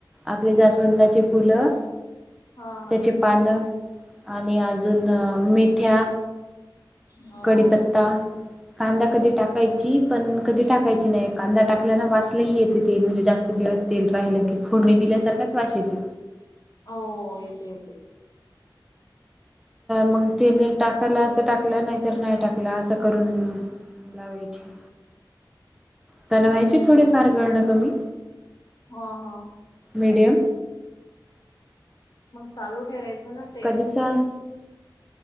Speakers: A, in the centre; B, on the left.
A: आपले जास्वंदाचे फुलं
B: हा
A: त्याची पानं. आणि अजून मेथ्या
B: हा
A: कढीपत्ता
B: हो
A: कांदा कधी टाकायची. पण कधी टाकायची नाही. कांदा टाकल्या ना वास लइ येते ते. म्हणजे जास्त दिवस तेल राहिलं की. फोडणी दिल्यासारखाच वाश येतय.
B: हो. येते- येते.
A: मग ते न टाकायला तर टाकलं, नाही तर नाही टाकला. असं करून लावायची. त्यानं व्हायचे थोडे - फार गळणं कमी.
B: हा, हा.
A: मीडियम
B: मंग चालू ठेवायचं ना ते
A: कधीचाय